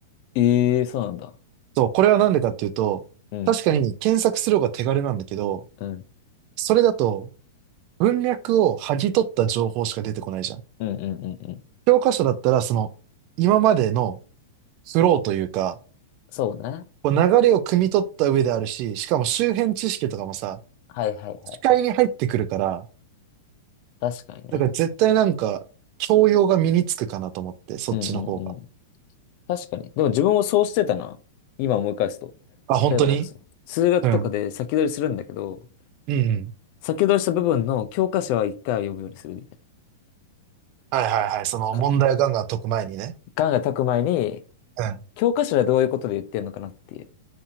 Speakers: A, on the left; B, on the right.
A: ええそうなんだ。
B: そう、これはなんでかっていうと、
A: うん、
B: 確かに検索する方が手軽なんだけど、
A: うん、
B: それだと文脈を剥ぎ取った情報しか出てこないじゃん。
A: うん、うん、うん。うん
B: 教科書だったら、その、今までのフローというか、
A: そうね。
B: こう流れを汲み取った上であるし、しかも周辺知識とかもさ、
A: はいはいはい。
B: 視界に入ってくるから、
A: 確かにね。
B: だから絶対なんか、教養が身につくかなと思って、そっちの方が。
A: うんうんうん。確かに。でも自分もそうしてたな。今思い返すと。
B: あ、本当に
A: 例えばなんかその、数学とかで先取りするんだけど、
B: うん。うんうん。
A: 先取りした部分の教科書は一回は読むようにするみたい
B: はいはいはい。その問題をガンガン解く前にね。
A: な。か考え解く前に、
B: うん。
A: 教科書ではどういうことで言ってんのかなっていう。